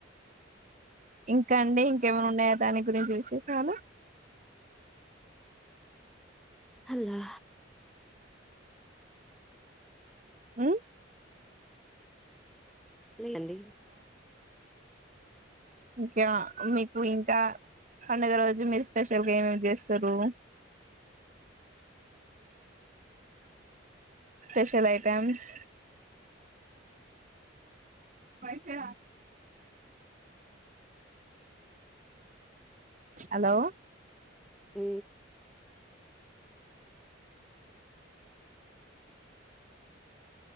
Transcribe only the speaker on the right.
ఇంకా అండి ఇంకేమన్నా ఉన్నాయా దాని గురించి విశేషాలు
ఆ
ఇంకే ఆ మీ నువ్వు ఇంకా పండుగ రోజు మీరు స్పెషల్గా ఏమేమి చేస్తారు స్పెషల్ ఐటెమ్స్ మైతే హలో